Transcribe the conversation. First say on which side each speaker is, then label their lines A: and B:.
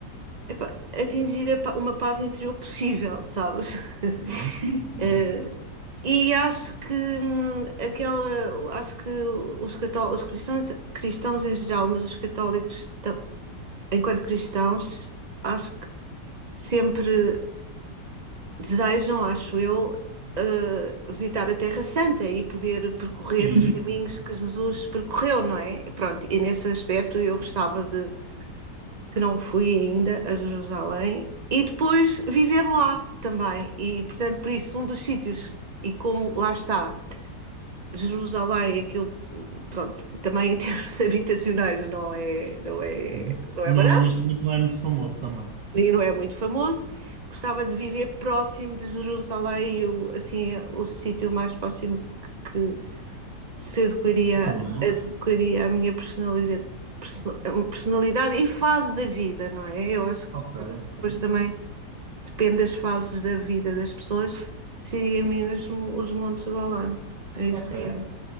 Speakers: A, on the right; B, on the right.
A: epa, atingir a, uma paz interior possível, sabes? <laughs>
B: Muito bem.
A: uh,
B: Muito bem.
A: e acho que hum, aquela, acho que os, cató os cristãos, cristãos em geral, mas os católicos t- enquanto cristãos, acho que sempre desejam, acho eu, eh, visitar a Terra Santa e poder percorrer
B: Sim,
A: os caminhos
B: sim, ok.
A: que Jesus percorreu, não é? Pronto, e nesse aspecto eu gostava de que não fui ainda a Jerusalém e depois viver lá também. E, portanto, por isso, um dos sítios, e como lá está, Jerusalém, aquilo, pronto, também em termos <laughs> habitacionais não é, não é,
B: Uhum.
A: não
B: Não,
A: é barato
B: neste momento não é muito famoso também.
A: e não é muito famoso. Gostava de viver próximo de Jerusalém, o, assim, o sítio mais próximo que se adequaria,
B: Muito bem.
A: adequaria à minha personalidade, personalidade e fase da vida, não é? Eu acho que
B: Ok, ok.
A: depois também depende das fases da vida das pessoas, seria mesmo os Montes Golã, em
B: Ok.
A: Israel.